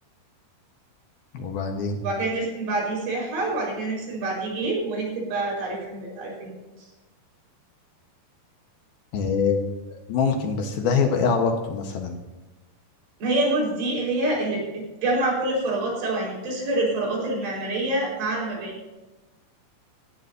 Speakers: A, on the left (about 65°); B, on the right (about 75°).
A: وبعدين
B: وبعد كده نرسم بعديه ساحة وبعد كده نرسم بعديه جيب ونكتب بقى تعريف الم- تعريف النودز
A: آه، ممكن بس ده هيبقى ايه علاقته مثلا
B: ما هي النودز دي هي اللي بتجمع كل الفراغات سوا يعني بتسهر الفراغات المعمارية مع المباني